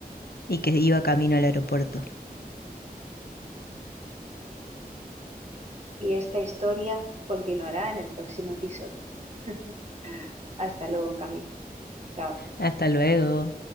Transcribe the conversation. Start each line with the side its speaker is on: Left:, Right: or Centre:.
Left: y que iba camino al aeropuerto.
Right: Y esta historia continuará en el próximo episodio. <laughs> Hasta luego, Cami. Chao.
Left: Hasta luego.